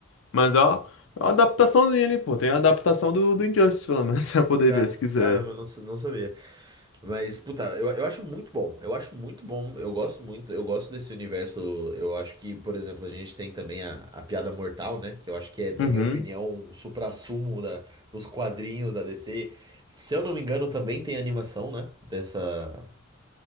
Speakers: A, on the left; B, on the right.
A: mas ó. É uma adaptaçãozinha ali, pô. Tem a adaptação do, do Injustice, pelo menos, <laughs> pra poder
B: Ca-
A: ver se quiser.
B: Caramba, eu não, sa- não sabia. Mas, puta, eu, eu acho muito bom. Eu acho muito bom. Eu gosto muito. Eu gosto desse universo. Eu acho que, por exemplo, a gente tem também a, a Piada Mortal, né? Que eu acho que é, na
A: Uhum.
B: minha opinião, um suprassumo da, dos quadrinhos da DC. Se eu não me engano, também tem animação, né? Dessa,